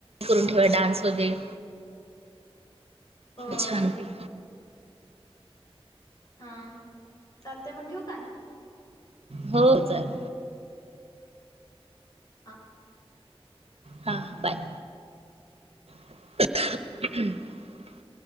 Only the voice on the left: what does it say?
होय
हा चालतय मग ठेवू काय...
हा...